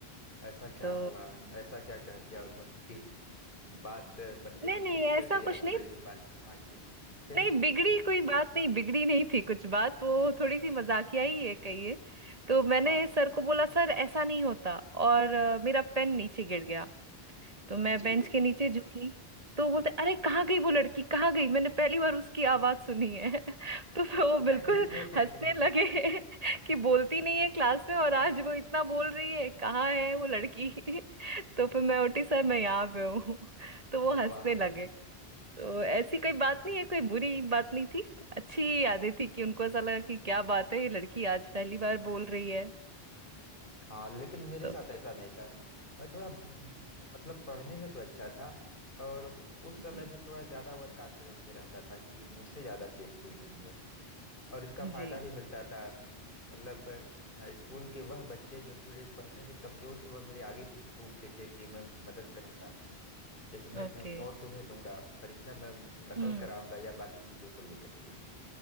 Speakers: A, on the left; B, on the right.
A: ऐसा क्या
B: तो
A: हुआ ऐसा क्या कह दिया उन्होंने कि बात बनते
B: नहीं
A: बनते
B: नहीं
A: बिगड़
B: ऐसा
A: गई या
B: कुछ
A: बिगड़ी
B: नहीं
A: हुई बात हाँ जी फिर
B: नहीं बिगड़ी कोई बात नहीं बिगड़ी नहीं थी कुछ बात वो थोड़ी सी मजाकिया ही है कहिए तो मैंने
A: हाँ
B: सर को बोला सर ऐसा नहीं होता और अ, मेरा पेन नीचे गिर गया तो मैं
A: जी
B: बेंच
A: जी
B: के नीचे झुकी तो बोलते अरे कहाँ गई वो लड़की कहाँ गई मैंने पहली बार उसकी आवाज सुनी है <laughs> तो फिर वो
A: <laughs>
B: बिल्कुल
A: अरे
B: हंसने लगे <laughs> कि बोलती नहीं है क्लास में और आज वो इतना बोल रही है कहाँ है वो लड़की <laughs> तो फिर मैं उठी सर मैं यहाँ पे हूँ <laughs> तो वो
A: वाह
B: हंसने लगे तो ऐसी
A: हम्म,
B: कोई बात नहीं है कोई बुरी बात नहीं थी अच्छी यादें थी कि उनको ऐसा लगा कि क्या बात है ये लड़की आज पहली बार बोल रही है
A: हाँ लेकिन मेरे
B: तो
A: साथ ऐसा नहीं था मैं थोड़ा हम्म, मतलब पढ़ने में तो अच्छा था और उस समय
B: जी
A: भी थोड़ा ज्यादा ओवर कॉन्फिडेंस में रहता था कि मुझसे ज्यादा तेज कोई नहीं है और इसका फायदा
B: जी
A: भी मिलता था मतलब अ, स्कूल के वह बच्चे जो थोड़े पढ़ने में कमजोर थे वह मेरे आगे पीछे घूमते थे कि मैं उनकी मदद करूंगा जैसे मैं
B: ओके
A: अपने नोट्स उन्हें दूंगा परीक्षा में नकल
B: हम्म
A: कराऊंगा या बाकी चीजों को लेकर के